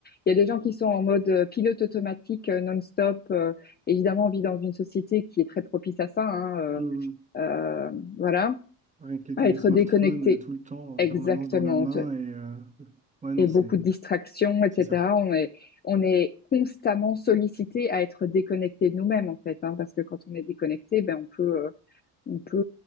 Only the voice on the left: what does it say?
Il y a des gens qui sont en mode euh, pilote automatique euh, non-stop. Euh, évidemment, on vit dans une société qui est très propice à ça, hein, euh,
euh, voilà,
à être
déconnecté.
Exactement
et
beaucoup de distractions, etc.
On est, on est constamment sollicité à être déconnecté de nous-mêmes, en fait, hein, parce que quand on est déconnecté, ben, on peut, euh, on peut